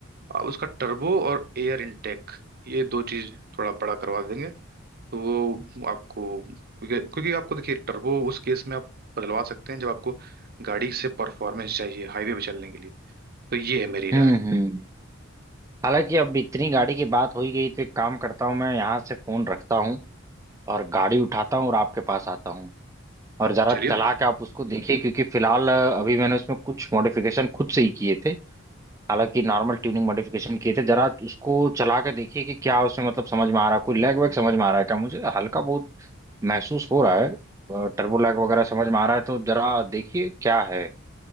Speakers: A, on the right; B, on the right.
A: आप उसका टर्बो और एयर इनटेक ये दो चीज थोड़ा बड़ा करवा देंगे तो वो आपको क्योंकि क्योंकि आपको देखिए टर्बो उस केस में आप बदलवा सकते हैं जब आपको गाड़ी से परफॉर्मेंस चाहिए हाईवे पे चलने के लिए तो ये है मेरी राय
B: हम्म हम्म हालांकि अब इतनी गाड़ी की बात हो ही गई तो एक काम करता हूँ मैं यहाँ से फोन रखता हूँ और गाड़ी उठाता हूँ और आपके पास आता हूँ और जरा
A: चलिए
B: चला के आप उसको देखिए क्योंकि फिलहाल अ, अभी मैंने उसमें कुछ मॉडिफिकेशन खुद से ही किए थे हालांकि नॉर्मल ट्यूनिंग मॉडिफिकेशन किए थे जरा उसको चला के देखिए कि क्या उसमें मतलब समझ में आ रहा है कोई लैग वैग समझ में आ रहा है क्या मुझे हल्का बहुत महसूस हो रहा है टर्बो लैग वगैरह समझ में आ रहा है तो जरा देखिए क्या है